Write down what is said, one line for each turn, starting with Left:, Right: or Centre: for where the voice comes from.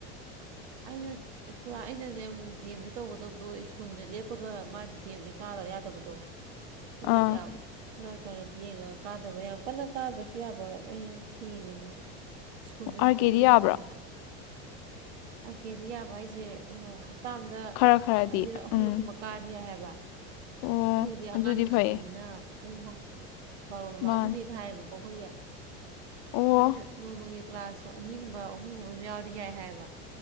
Right: ꯑꯩꯅ ꯄꯨꯔꯥ ꯑꯩꯅꯅꯦ ꯗꯤ ꯑꯦꯝꯗ ꯇꯧꯒꯗꯕꯗꯣ ꯁ꯭ꯀꯨꯜꯗ ꯂꯦꯞꯄꯒ ꯃꯥꯗꯤ ꯗꯤ ꯑꯦꯝꯗꯤ ꯀ ꯗ ꯌꯥꯗꯕꯗꯣ ꯍꯣꯏ
Left: ꯑꯥ
Right: ꯌꯥ ꯈꯔ ꯈꯔ ꯌꯦꯡꯉꯒ ꯀꯥꯗꯕ ꯌꯥꯝ ꯀꯟꯅ ꯀꯥꯗ꯭ꯔꯁꯨ ꯌꯥꯕ ꯑꯩꯅ ꯊꯤꯔꯤꯅꯦ ꯁ꯭ꯀꯨꯜꯁꯦ ꯑꯃꯨꯛ
Left: ꯑꯥꯔ
Right: ꯇꯣꯛꯅꯤꯡꯗꯕ
Left: ꯀꯦꯗꯤ ꯌꯥꯕ꯭ꯔꯣ
Right: ꯑꯩꯅ ꯑꯥꯔ ꯀꯦꯗꯤ ꯌꯥꯕꯥ ꯍꯥꯢꯁꯦ ꯍꯇꯥꯝꯗ
Left: ꯈꯔ ꯈꯔꯗꯤ
Right: ꯑꯅꯤꯔꯛ ꯑꯍꯨꯝꯂꯛ
Left: ꯎꯝ
Right: ꯀꯨꯝꯕ ꯀꯥꯔꯗꯤ ꯍꯥꯏꯕ
Left: ꯑꯣ
Right: ꯋꯥ ꯑꯗꯣ ꯑꯩꯈꯣꯏꯒꯤꯗꯤ ꯑꯉꯥꯡꯒꯤ
Left: ꯑꯗꯨꯗꯤ ꯐꯩꯌꯦ
Right: ꯁ꯭ꯀꯨꯜꯅꯤꯅ ꯎꯕ ꯕꯥꯔꯣ ꯃꯃꯥꯡ
Left: ꯃꯥꯅꯦ
Right: ꯁꯨꯇꯤ ꯊꯥꯏꯑꯦꯕꯀꯣ ꯀꯣ ꯈꯣꯏꯒꯤ ꯑꯩꯅ
Left: ꯑꯣ
Right: ꯅꯣꯡꯃꯒꯤ ꯀ꯭ꯂꯥꯁꯁꯨ ꯑꯅꯤꯒꯨꯝꯕ ꯑꯍꯨꯝꯒꯨꯝꯕ ꯑꯗꯨꯝ ꯌꯥꯎꯔꯗꯤ ꯌꯥꯏ ꯍꯥꯏꯕ